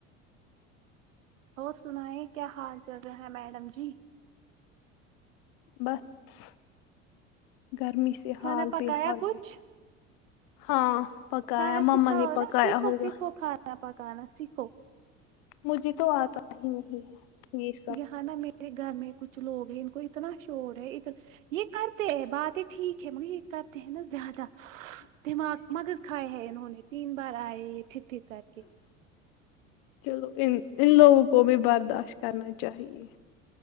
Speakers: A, on the right; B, on the left.
A: اور سنایں کیا حال چل رہا ہے میڈم جی
B: بتس گرمی سے
A: کھانا
B: حال
A: پکایا
B: بے حال
A: کچھ
B: ہے ہاں پکایا
A: کھانا
B: مما
A: سکھاؤ
B: نے پکایا
A: نا سیکھو
B: ہوگا
A: سیکھو کھانا پکانا سیکھو
B: مجھے تو آتا ہی نہیں ہے یہ سب
A: یہاں نا میرے گھر میں کچھ لوگ ہیں ان کو اتنا شوق ہے ات یہ کرتے ہیں باتیں ٹھیک ہے مگر یہ کرتے ہیں نا زیادہ دماغ مغز کھائے ہے انہوں نے تین بار آئے یہ ٹھی ٹھی کر کے
B: چلو ان ان لوگوں کو بھی برداشت کرنا چاہیے